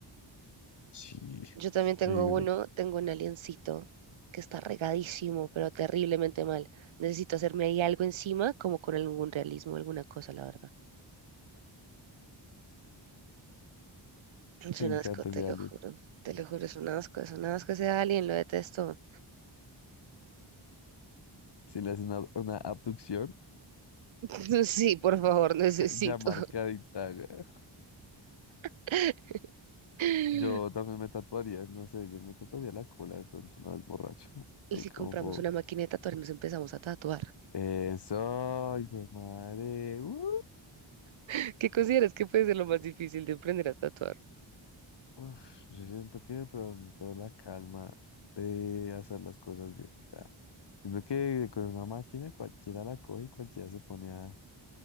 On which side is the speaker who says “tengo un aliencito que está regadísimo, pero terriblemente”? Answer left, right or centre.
Right